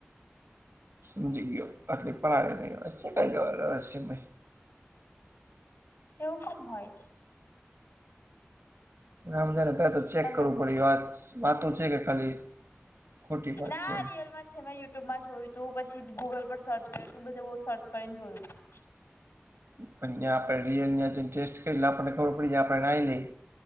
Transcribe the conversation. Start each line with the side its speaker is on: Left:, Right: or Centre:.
Right: સમજી ગયો આટલી પરાળે નહી છે કઈ ગવાર છે
Left: તેવું કમ હોય
Right: આમ જાય ને પેલા તો ચેક
Left: તમે
Right: કરવું પડી્યું વાત વાત છે કે ખાલી ખોટી વાત
Left: ના
Right: છે એમ
Left: રિયલમાં પ મેં યુટ્યુબમાં જોયું હતું પછી ગુગલ પર સર્ચ કર્યું તું બધું બહુ સર્ચ કરીને જોયું
Right: પણ્યાં આપણે રિયલ્યા ટેસ્ટ કરી આપણને ખબર પડી જાય આપડણે ના લઈ